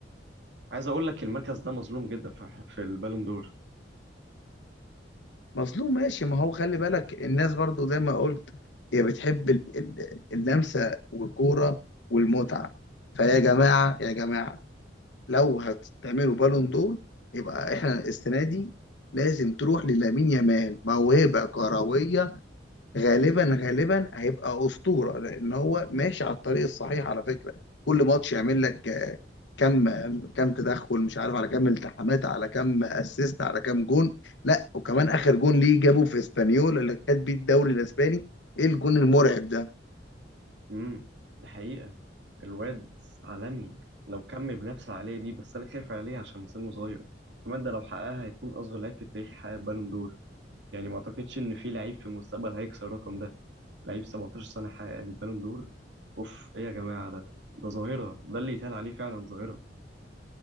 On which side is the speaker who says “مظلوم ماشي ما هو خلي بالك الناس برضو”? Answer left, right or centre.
Left